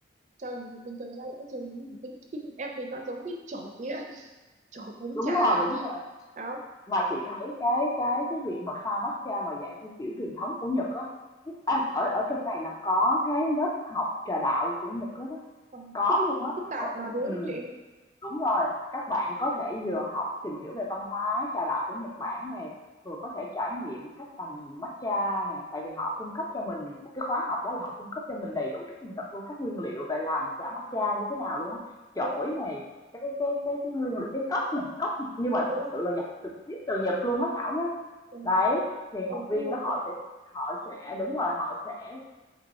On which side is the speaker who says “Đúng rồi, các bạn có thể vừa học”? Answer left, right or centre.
Left